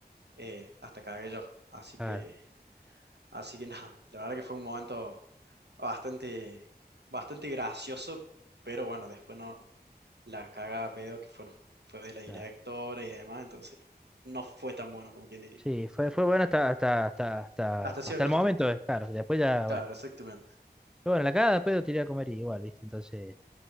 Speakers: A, on the right; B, in the centre.
A: eh, hasta cagué yo. Así
B: claro,
A: que, así que <laughs> nada, la verdad que fue un momento bastante, bastante gracioso, pero bueno, después no, la cagada de pedo que fue, no fue de la directora
B: claro.
A: y demás, entonces no fue tan bueno como quien diría.
B: Sí, fue, fue bueno hasta, hasta, hasta, hasta,
A: Hasta cierto
B: hasta el momento,
A: punto.
B: eh, claro. y Después ya,
A: Claro,
B: bueno.
A: exactamente.
B: Pero bueno, la cagada después lo tiré a comer igual, ¿viste? Entonces,